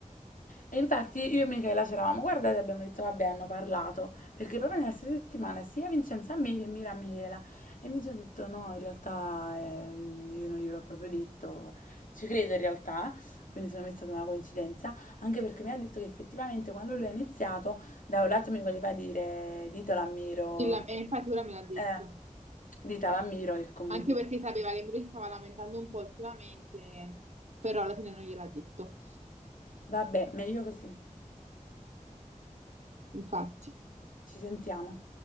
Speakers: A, on the left; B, on the right.
A: E infatti io e Michela c'eravamo guardate e abbiamo detto vabbè hanno parlato perché proprio nella stessa settimana sia Vincenzo a me che Mira a Michela e Vincenzo ha detto no in realtà eh, io non gliel'ho proprio detto ci credo in realtà quindi secondo me è stata una coincidenza anche perché mi ha detto che effettivamente quando lui ha iniziato da un lato mi voleva dire ditelo a Miro
B: Il- E infatti ora me l'ha detto.
A: eh, ditelo a Miro che comunque
B: Anche perché sapeva che lui si stava lamentando un po' ultimamente, però alla fine non gliel'ha detto.
A: Vabbè, meglio così.
B: Infatti.
A: Ci sentiamo.